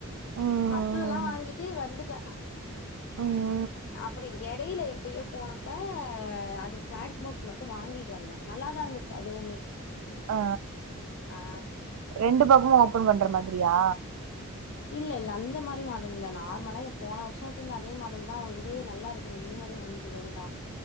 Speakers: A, on the right (about 80°); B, on the left (about 55°).
A: ம்
B: மத்ததுல்லா
A: ம்
B: வாங்கீட்டு வந்துட்ட
A: ம்
B: அப்பறோ எடையில எப்பயோ போனப்ப அது ஸ்நாக்ஸ் பாக்ஸ் மட்டு வாங்கீட்டு வந்த நல்லா தா இருந்துச்சு அதுவுமே
A: ஆ
B: ஆ
A: ரெண்டு பக்கமு ஓப்பன் பண்ற மாதிரியா
B: இல்ல இல்ல அந்த மாறி மாடல் இல்ல நார்மலா எப் போன வருஷ்ஷோ வெச்சிர்ந்த அதே மாடல் தா இதே நல்லாருக் எனக் இது மாறியே வாங்கிக் குடுன்ட்டா